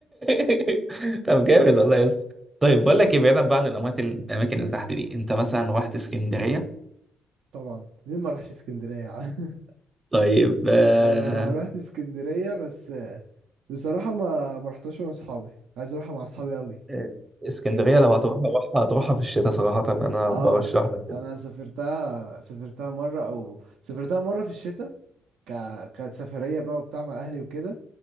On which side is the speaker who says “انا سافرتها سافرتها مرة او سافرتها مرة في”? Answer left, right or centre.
Right